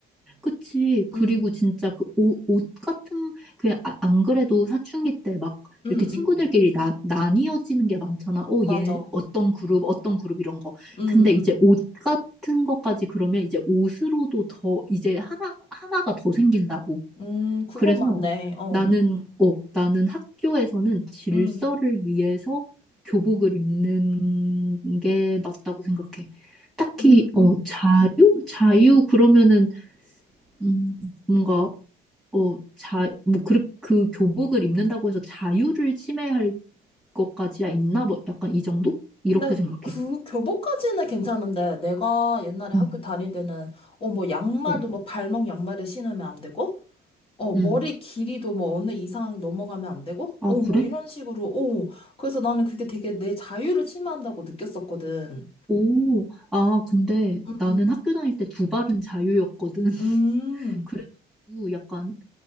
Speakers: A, in the centre; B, on the left.
A: 그치. 그리고
B: 음,
A: 진짜 그 옷, 옷 같은, 그냥 아- 안 그래도 사춘기 때 막
B: 음,
A: 이렇게 친구들끼리
B: 음.
A: 나, 나뉘어지는 게 많잖아. 어,
B: 맞아.
A: 얘 어떤 그룹, 어떤 그룹 이런 거.
B: 음,
A: 근데 이제 옷 같은 것까지 그러면 이제 옷으로도 더, 이제 하나, 하나가 더 생긴다고.
B: 음. 음, 그거
A: 그래서
B: 맞네. 어.
A: 나는, 어, 나는 학교에서는 질서를
B: 음.
A: 위해서 교복을 입는 게 맞다고 생각해. 딱히,
B: 음,
A: 어, 자유? 자유? 그러면은, 음, 뭔가, 어, 자, 뭐, 그, 그 교복을 입는다고 해서 자유를 침해할 것까지야 있나? 뭐, 약간 이 정도? 이렇게
B: 근데
A: 생각해.
B: 그 교복까지는 괜찮은데 내가 옛날에
A: 응,
B: 학교 다닐 때는 어 뭐 양말도
A: 어,
B: 뭐 발목 양말을 신으면 안 되고 어 머리
A: 응.
B: 길이도 뭐 어느 이상 넘어가면 안 되고
A: 아,
B: 어 뭐
A: 그래?
B: 이런 식으로 어 그래서 나는 그게 되게 내 자유를 침해한다고 느꼈었거든.
A: 오, 아, 근데
B: 음,
A: 나는
B: 음.
A: 학교 다닐 때 두 발은 자유였거든. <laughs>
B: 음.
A: 그래가지고 약간